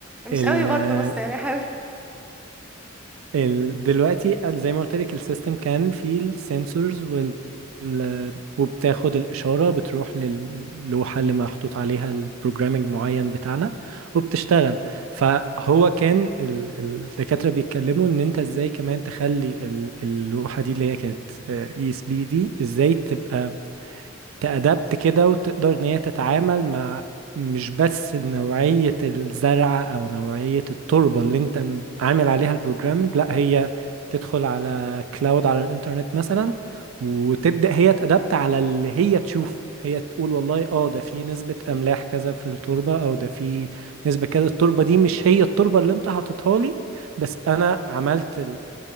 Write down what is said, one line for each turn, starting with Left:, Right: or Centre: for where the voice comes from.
Centre: مش
Right: ال-
Centre: قوي برضه بس يعني حاول
Right: ال... دلوقتي ال- زي ما قلت لك السيستم كان فيه السنسورز وال... ال- وبتاخد الإشارة بتروح للوحة اللي محطوط عليها البروجرامينج معين بتاعنا وبتشتغل فهو كان ال- ال- الدكاترة بيتكلموا إن أنت إزاي كمان تخلي ال- اللوحة دي اللي هي كانت اي اس بي دي إزاي تبقى تأدبت كده وتقدر ان هي تتعامل مع مش بس نوعية الزرع او نوعية التربة اللي انت م- عامل عليها البروجرامنج لا هي تدخل على كلاود على الانترنت مثلا وتبدأ هي تأدبت على اللي هي تشوفه هي تقول والله اه ده في نسبة املاح كذا في التربة او ده في نسبة كذا التربة دي مش هي التربة اللي انت حاططها لي بس انا عملت